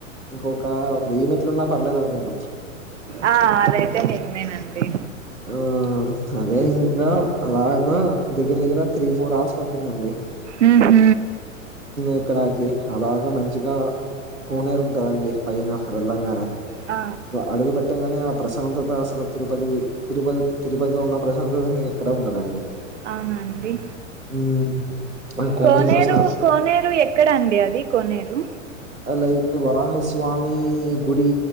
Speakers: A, on the right; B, on the right.
A: ఇంకొక వెయ్యి మెట్లు ఉన్నా పర్లేదు అనుకుంట
B: ఆ అదైతే నిజమేనండి
A: హ్మ్ అదే ఇంకా అలాగా దగ్గర దగ్గర త్రీ ఫోర్ అవర్స్ పట్టిందండి
B: ఊహూ
A: ఇక్కడకి అలాగ మంచిగా కోనేరు ఉంటదండి పైన వెళ్లంగానే
B: ఆ
A: అడుగు పెట్టంగానే ఆ ప్రశాంతత అసలు తిరుపతి తిరుపతి తిరుపతిలో ఉన్న ప్రశాంతత ఇంకెక్కడ ఉండదండి
B: అవునాండి
A: హ్మ్. మన కోనేరులో
B: కోనేరు
A: స్నా
B: కోనేరు ఎక్కడ అండి అది కోనేరు
A: లైక్ వరాహస్వామి గుడి